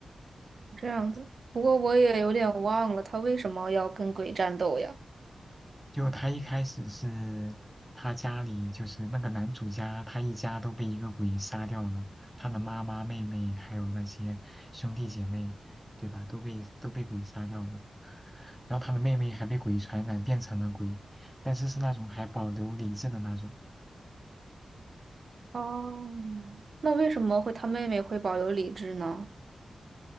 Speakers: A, on the right; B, in the centre.
A: 这样子。不过我也有点忘了，他为什么要跟鬼战斗呀？
B: 就他一开始是他家里就是那个男主家，他一家都被一个鬼杀掉了，他的妈妈、妹妹还有那些兄弟姐妹，对吧？都被都被鬼杀掉了。然后他的妹妹还被鬼传染变成了鬼，但是是那种还保留理智的那种。
A: 哦，那为什么会他妹妹会保有理智呢？